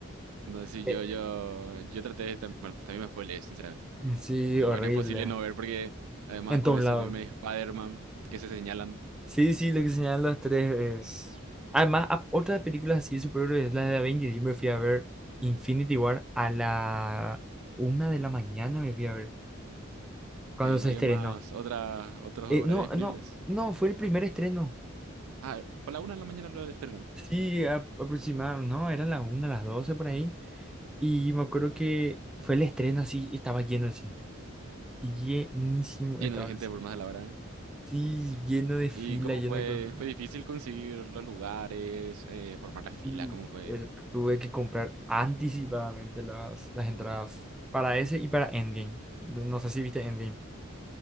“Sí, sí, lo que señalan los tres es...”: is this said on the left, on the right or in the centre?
Centre